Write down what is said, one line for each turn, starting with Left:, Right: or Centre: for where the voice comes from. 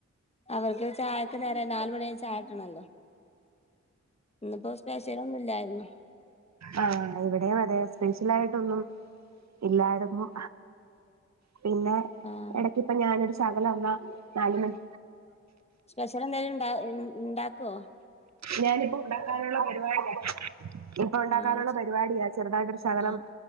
Left: അവർക്ക് ചായക്ക്നേരായ് നാല് മണിയായ ചായ കിട്ടണല്ലോ ഇന്ന് പ്പോ സ്പെഷ്യലൊന്നും ഇല്ലാരുന്നു
Right: ആഹ് ഇവിടെം അതേ സ്പെഷ്യലായിട്ടൊന്നും ഇല്ലാരുന്നു പിന്നെ
Left: ആഹ്
Right: എടക്ക് ഇപ്പ ഞാനൊരു ഷകലം വന്ന നാല് മണി
Left: സ്പെഷ്യല് എന്തേലും ഉണ്ട ഉണ്ടാക്കുവോ
Right: ഞാനിപ്പോ ഉണ്ടാക്കാനുള്ള പരിപാടിയ ഇപ്പൊ ഉണ്ടാക്കാനുള്ള
Left: ആഹ് ശരി
Right: പരിപാടിയാ ചെറുതായിട്ടൊരു ശകലം
Left: ആഹ്